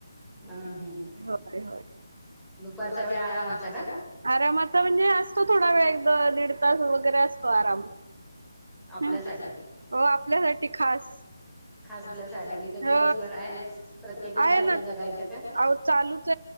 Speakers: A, in the centre; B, on the right.
A: हम्म हम्म
B: होय होय
A: दुपारचा वेळ आरामाचा का
B: आरामाचा म्हणजे असतो थोडा वेळ एकदा दीड तास वगैरे असतो आराम
A: आपल्यासाठी
B: ह हो आपल्यासाठी खास
A: खास आपल्यासाठी नाही तर
B: अ
A: दिवसभर आहेच प्रत्येकांसाठी
B: आहे ना
A: जगायचं का
B: अहो चालूच